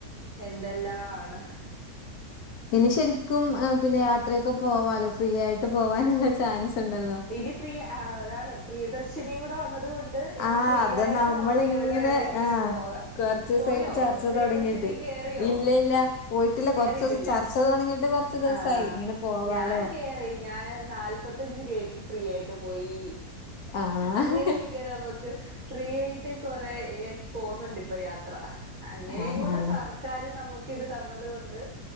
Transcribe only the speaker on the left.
ഇനി ശരിക്കും ഏഹ് പിന്നെ യാത്രയൊക്കെ പോവാലോ ഫ്രീ ആയിട്ട് പോവാനുള്ള ചാൻസ് ഉണ്ടല്ലോ
ആഹ്
അത്
നമ്മളിങ്ങനെ
ആഹ്
കൊറച്ചൂസായിട്ട്
ചർച്ച
തൊടങ്ങിയിട്ട്.
ഇല്ല ഇല്ല പോയിട്ടില്ല
കൊറച്ചൂസം ചർച്ച തൊടങ്ങിയിട്ട് കൊറച്ച് ദിവസായി
ഇങ്ങനെ പോവാലോ
ആഹ്
ആഹ്